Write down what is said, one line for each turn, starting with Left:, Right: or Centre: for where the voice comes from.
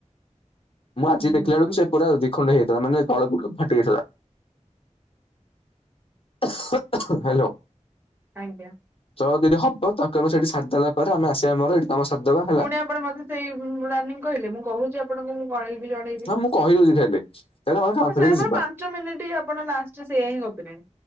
Left: ମୁଁ ଆଜି
Right: ହୁଁ
Left: ଦେଖିଲା
Right: ହୁଁ
Left: ବେଳକୁ ସେ ପୁରା <inaudible> ଖଣ୍ଡ ହେଇଥିଲା ମାନେ ତଳ ଗୁଡ଼ ଫାଟି ଯାଇଥିଲା। ହ୍ୟାଲୋ।
Right: ଆଜ୍ଞା।
Left: ତଳ ଦଦି ହବ ତାକୁ ଆମ ସେଠି ସାରି ଦେଲା ପରେ ଆମେ ଆସିଆ ଆମର ଏଇଠି କାମ ସାରି ଦବା ହେଲା।
Right: ପୁଣି ଆପଣ ମତେ ସେଇ ରାନୀ କହିଲେ ମୁଁ କହୁଛି ଆପଣଙ୍କୁ ମୁଁ କଣେଇବି ଜଣେଇବି।
Left: ହଁ ମୁଁ କହିଦଉଛି ଖାଲି ତାହେଲେ ଆମେ କାମ
Right: ହଁ
Left: ଫେରିକି
Right: ସେଆ ବା
Left: ଯିବା।
Right: ପାଞ୍ଚ ମିନିଟି ଆପଣ ଲାଷ୍ଟ୍ ରେ ସେଇଆ ହିଁ ଗପିଲେଣି।